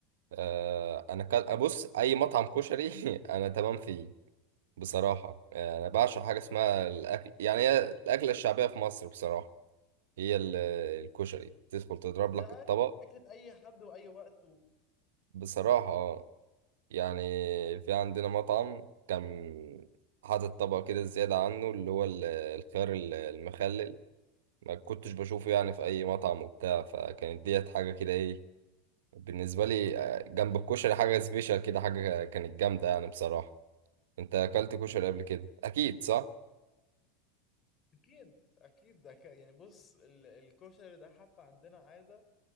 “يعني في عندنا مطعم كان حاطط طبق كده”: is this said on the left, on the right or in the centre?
Right